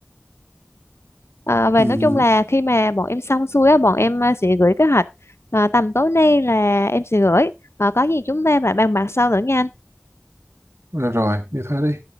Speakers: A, on the left; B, on the right.
A: À, và
B: ừ,
A: nói chung là khi mà bọn em xong xuôi á, bọn em à, sẽ gửi kế hoạch à, tầm tối nay là em sẽ gửi. À, có gì chúng ta lại bàn bạc sau nữa nha anh.
B: rồi, như thế đi